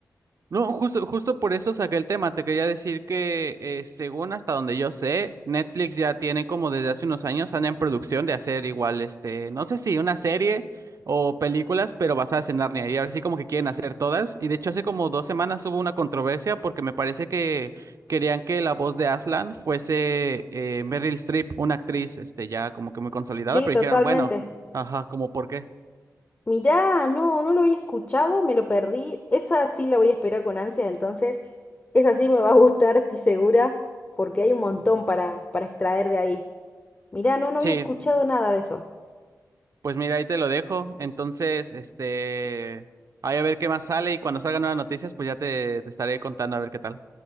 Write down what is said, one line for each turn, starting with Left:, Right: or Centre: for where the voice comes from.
Right: No, justo, justo por eso saqué el tema. Te quería decir que, eh, según hasta donde yo sé, Netflix ya tiene como desde hace unos años, anda en producción de hacer igual, este, no sé si una serie o películas, pero basadas en Narnia. Y ahora sí como que quieren hacer todas. Y de hecho hace como dos semanas hubo una controversia porque me parece que querían que la voz de Aslan fuese eh, Meryl Streep, una actriz, este, ya como que muy consolidada,
Left: Sí,
Right: pero
Left: totalmente.
Right: dijeron, bueno, ajá, como por qué.
Left: Mirá, no, no lo había escuchado, me lo perdí. Esa sí la voy a esperar con ansia, entonces esa sí me va a gustar, estoy segura, porque hay un montón
Right: Ujú.
Left: para, para extraer de ahí. Mirá, no, no
Right: Sí,
Left: había escuchado nada de eso.
Right: Pues mira, ahí te lo dejo. Entonces, este, ahí a ver qué más sale y cuando salgan nuevas noticias, pues ya te, te estaré contando a ver qué tal.